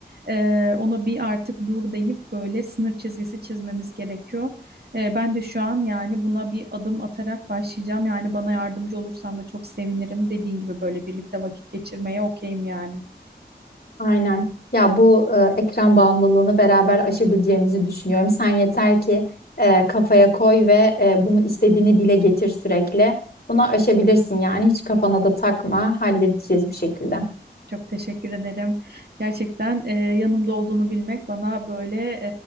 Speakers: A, on the right; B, on the left.
A: e, ona bir artık dur deyip böyle sınır çizgisi çizmemiz gerekiyor. E, ben de şu an yani buna bir adım atarak başlayacağım. Yani bana yardımcı olursan da çok sevinirim. Dediğin gibi böyle birlikte vakit geçirmeye okeyim yani.
B: Aynen. Ya bu e, ekran bağımlılığını beraber aşabileceğimizi düşünüyorum. Sen yeter ki e, kafaya koy ve e, bunu istediğini dile getir sürekli. Bunu aşabilirsin yani hiç kafana da takma, halledeceğiz bir şekilde.
A: Çok teşekkür ederim. Gerçekten e, yanımda olduğunu bilmek bana böyle